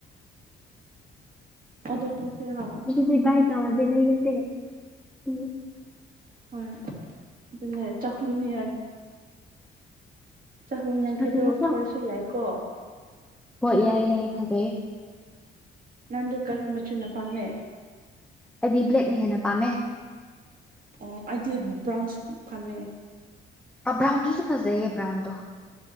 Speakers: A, on the right; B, in the centre.
A: ꯑꯗꯣ ꯇꯧꯁꯤ ꯍꯥ
B: ꯑꯗꯨꯗꯤ ꯚꯏ ꯇꯧꯔꯁꯦ ꯂꯩꯔꯁꯦ ꯎꯝ
A: ꯍꯣꯏ ꯑꯗꯨꯅꯦ ꯆꯥꯛꯍꯨꯝꯅꯦ ꯆꯍꯨꯝ ꯌꯥꯡꯈꯩꯗꯣ
B: ꯐꯖꯩꯀꯣ
A: ꯊꯧꯔꯁꯨ ꯌꯥꯏꯀꯣ
B: ꯍꯣꯏ ꯌꯥꯏꯦ ꯌꯥꯏꯌꯦ ꯐꯖꯩꯌꯦ
A: ꯅꯪꯗꯨ ꯀꯔꯤ ꯃꯆꯨꯅ ꯄꯥꯝꯃꯦ
B: ꯑꯩꯗꯤ ꯕ꯭ꯂꯦꯛꯅ ꯍꯦꯟꯅ ꯄꯥꯝꯃꯦ
A: ꯑꯣ ꯑꯩꯗꯤ ꯕ꯭ꯔꯥꯎꯟꯁꯨ ꯐꯥꯝꯃꯦ
B: ꯕ꯭ꯔꯥꯎꯟꯗꯨꯁꯨ ꯐꯖꯩꯌꯦ ꯕ꯭ꯔꯥꯎꯟꯗꯣ